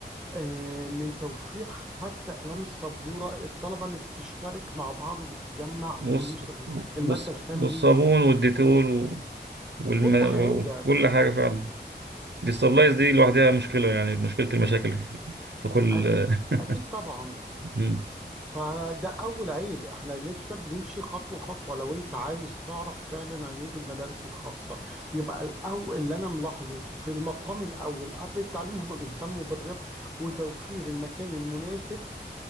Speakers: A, in the centre; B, on the right (about 70°).
A: آه، من توفير حتى أقلام السبورة الطلبة اللي بتشترك مع بعض وبتجمع
B: والص-
A: فلوس
B: والص-
A: المادة الخام
B: والصابون
A: دي
B: والديتول و- والم...
A: كل حاجة
B: وكل حاجة فعلا ديستابلايز دي لوحدها مشكلة يعني مشكلة المشاكل في كل
A: أكيد
B: <laughs>
A: أكيد طبعا
B: مم.
A: فده أول عيب إحنا لسه بنمشي خطوة خطوة لو أنت عاوز تعرف فعلا عيوب المدارس الخاصة يبقى الأول اللي أنا ملاحظه في المقام الأول قبل التعليم هما بيهتموا بالربح وتوفير المكان المناسب